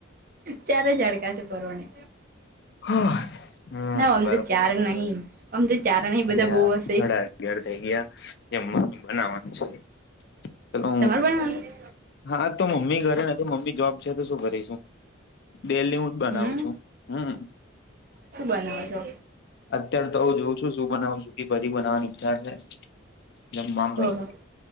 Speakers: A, on the right; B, on the left.
A: ચારે, જ હાડકાશે, પરવણે
B: હમ
A: ના, આમ તો ચાર નહી આમ તો ચાર નહી
B: અને
A: બધા બહુ
B: આ
A: હશે
B: સાડા અગિયાર થઈ, ગયા. જેમ બનાવાનું છે. ચલો
A: તમારે બનાવાનું છે?
B: હા, તો મમ્મી ઘરે નથી મમ્મી જોબ છે. તો શું કરીશુ બેલી હુ જ બનાવું
A: હમ
B: છુ, હમ્મ
A: શું બનાવો છો
B: અત્ય્યારે, તો હુ જોવં છુ. બધી, બનાવાની ઈચ્છા છે. જેમ મામી
A: ઓહો